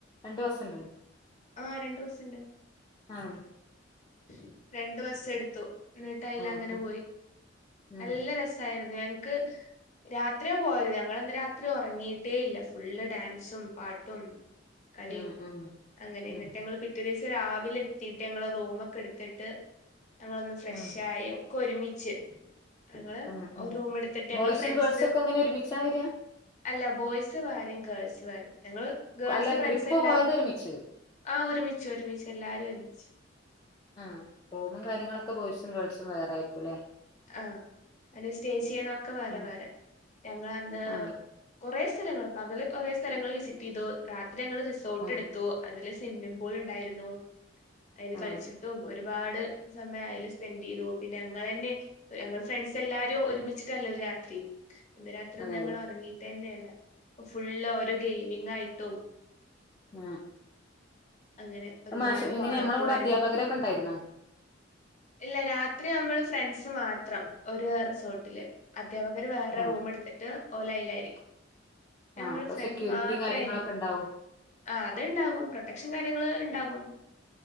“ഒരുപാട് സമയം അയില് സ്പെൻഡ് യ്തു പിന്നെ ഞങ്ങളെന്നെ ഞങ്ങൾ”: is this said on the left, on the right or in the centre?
Left